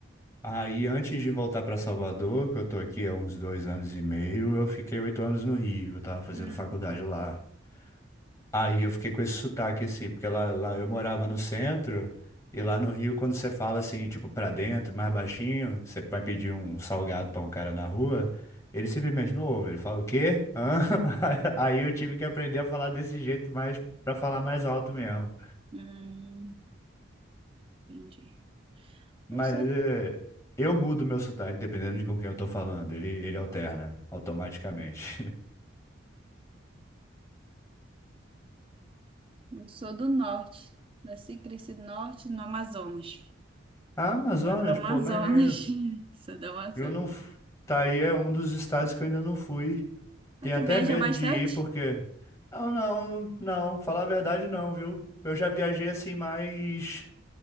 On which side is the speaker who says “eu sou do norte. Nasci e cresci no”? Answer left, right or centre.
Right